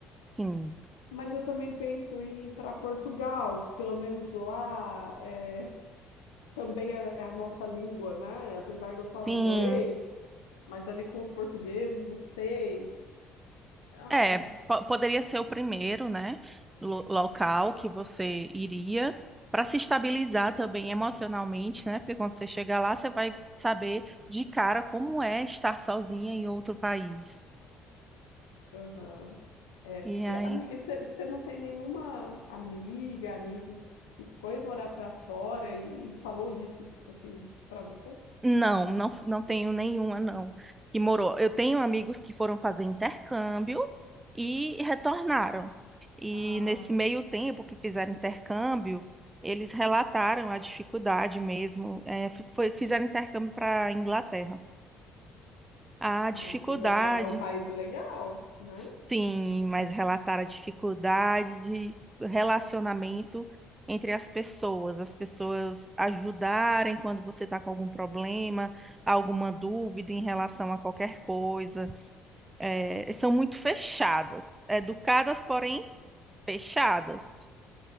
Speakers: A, on the right (about 20°); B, on the left (about 80°).
A: Sim.
B: mas eu também penso em ir para Portugal, que pelo menos lá é, também é, é a nossa língua, né? Apesar de eu falar
A: Sim.
B: inglês, mas ali com os portugueses, não sei. Ai,
A: É, po- poderia ser o primeiro, né, lo- local que você iria para se estabilizar também emocionalmente, né? Porque quando você chegar lá, você vai saber de cara como é estar sozinha em outro país.
B: aham. É.
A: E aí
B: E, amiga, você não tem nenhuma amiga, amigo que foi morar para fora e, e falou disso assim para você?
A: Não, não, não tenho nenhuma, não, que morou. Eu tenho amigos que foram fazer intercâmbio e retornaram. E
B: Ah,
A: nesse meio
B: sim.
A: tempo que fizeram intercâmbio, eles relataram a dificuldade mesmo. eh, f- foi- fizeram intercâmbio para a Inglaterra. A
B: nossa,
A: dificuldade
B: Inglaterra é um país legal, né?
A: Sim, mas relatar a dificuldade de relacionamento entre as pessoas, as pessoas ajudarem quando você está com algum problema, alguma dúvida em relação a qualquer coisa. É, são muito fechadas, educadas, porém fechadas.